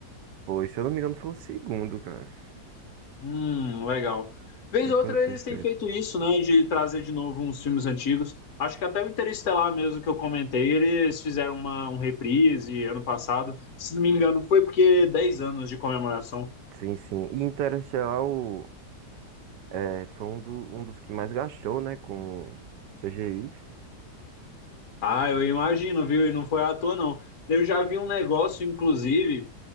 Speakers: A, on the right (about 85°); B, on the left (about 60°).
A: Pois, se eu não me engano, foi o segundo, cara.
B: Hum, legal. Vez
A: Ou
B: ou outra
A: foi o
B: eles
A: terceiro?
B: têm feito isso, né, de trazer de novo uns filmes antigos. Acho que até o Interestelar mesmo que eu comentei, eles fizeram uma, um reprise ano passado. Se não me engano, foi porque 10 anos de comemoração.
A: Sim, sim. E Interestelar o, é, foi um, do- um dos que mais gastou, né? Com CGI.
B: Ah, eu imagino, viu? E não foi à toa, não. Eu já vi um negócio, inclusive,